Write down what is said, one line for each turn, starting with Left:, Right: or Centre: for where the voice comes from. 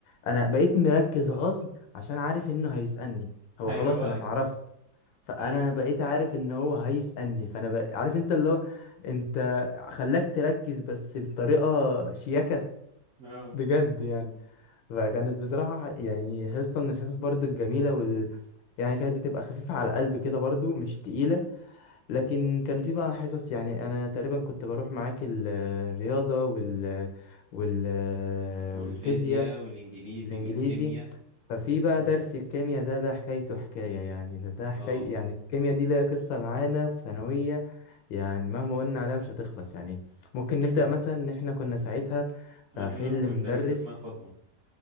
Left: انا بقيت مركز غصب عشان عارف انه هيسألني هو
Right: هيروقك
Left: خلاص انا اتعرفت فانا
Right: أيوه
Left: بقيت عارف ان هو هيسألني فانا بق... عارف انت اللي هو انت خلاك تركز بس بطريقة شياكة
Right: أه
Left: بجد يعني فكانت بصراحة يعني حصة من الحصص برضو الجميلة وال... يعني كانت بتبقى خفيفة على القلب كده برضو مش تقيلة لكن كان في بقى حصص يعني أنا تقريبا كنت بروح معاك ال- الرياضة وال... وال...
Right: والفيزياء
Left: والفيزياء
Right: والإنجليزي
Left: والإنجليزي
Right: والكيمياء
Left: ففي بقى
Right: مم.
Left: درس الكيمياء ده ده حكايته حكاية يعني ده ده حكاية
Right: أه
Left: يعني الكيمياء دي ليها قصة معانا في ثانوية يعني مهما قلنا عليها مش هتخلص يعني ممكن
Right: إحنا
Left: نبدأ مثلا إن إحنا كنا ساعتها
Right: عايزين
Left: رايحين
Right: نروح
Left: لمدرس
Right: لمدرسة اسمها فاطمة